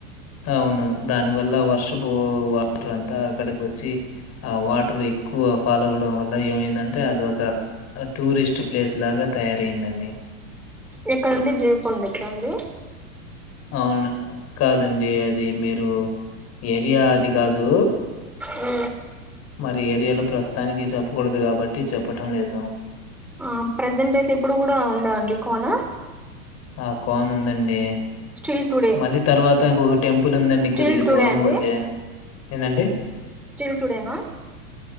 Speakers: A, on the left (about 35°); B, in the centre.
A: అవును దానివల్ల వర్షపు వాటర్ అంతా అక్కడికి వచ్చి ఆ వాటర్ ఎక్కువ ఫాల్ అవ్వడం వల్ల ఏమైందంటే అది ఒక టూరిస్ట్ ప్లేస్ లాగా తయారయిందండి.
B: ఎక్కడండి జేవకొండ దగ్గర అండి.
A: అవును. కాదండి, అది మీరు ఏరియా అది కాదు.
B: ఉ
A: మరి ఏరియాలో ప్రస్తుతానికి చెప్పకూడదు కాబట్టి చెప్పటం లేదు.
B: ఆ ప్రసెంట్ అయితే ఇప్పుడు కూడా ఉందా అండి కోనా.
A: ఆ కోన ఉందండి.
B: స్టిల్ టుడే
A: మళ్ళీ తర్వాత ఇంకొక టెంపుల్ ఉందండి
B: స్టిల్
A: కొద్దిగా
B: టుడే
A: దూరం
B: అండి
A: పోతే. ఎందండి.
B: స్టిల్ టుడేనా.